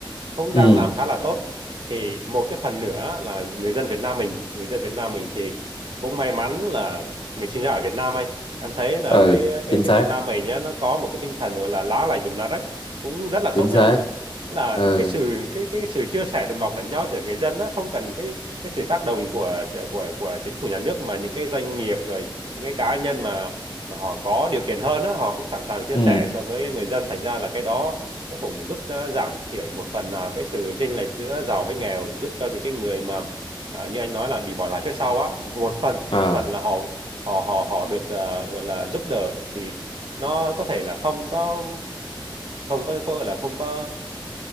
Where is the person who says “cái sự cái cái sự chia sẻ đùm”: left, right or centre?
Right